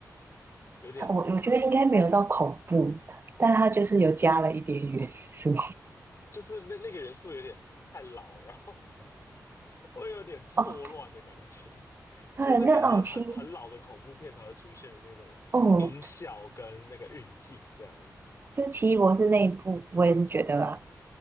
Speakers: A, on the left; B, on the right.
A: 有点，
B: 他我我觉得应该没有到恐怖，但他就是有加了一点元素。
A: 就是那那个元素有点太老，然后 <laughs> 会有点错乱的感觉，
B: <laughs> 哦，对，
A: 就是那感觉是很很老的恐怖片才会出现的那种音效跟那个运镜这样。
B: 那哦奇哦，就奇异博士那一部，我也是觉得啊